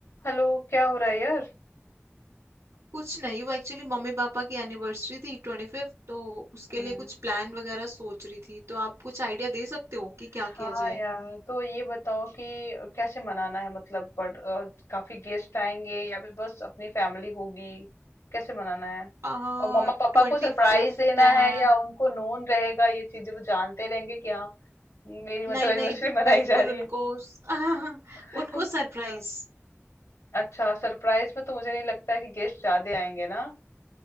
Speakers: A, on the left; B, on the right.
A: Hello क्या हो रहा है यार
B: कुछ नहीं वो एक्चुअली मम्मी पापा की एनिवर्सरी थी ट्वेंटी फिफ्थ तो उसके
A: हम्म,
B: लिए कुछ प्लान वगैरह सोच रही थी तो आप कुछ आइडिया दे सकते हो कि
A: हाँ
B: क्या किया जाए
A: यार तो ये बताओ कि कैसे मनाना है मतलब बड़, अ, काफी गेस्ट आएंगे या फिर बस अपनी फैमिली होगी कैसे मनाना है
B: आ
A: और मम्मा पापा
B: ट्वेंटी
A: को सरप्राइज
B: फिफ्थ
A: देना
B: है
A: है या उनको नोन रहेगा ये चीजें वो जानते रहेंगे कि हाँ मेरी मतलब
B: नहीं
A: एनिवर्सरी
B: नहीं
A: <laughs> मनाई
B: बिल्कुल
A: जा रही
B: उनको
A: है
B: <laughs>
A: <laughs>
B: उनको सरप्राइज
A: अच्छा सरप्राइज में तो मुझे नहीं लगता है कि गेस्ट ज्यादा आएंगे ना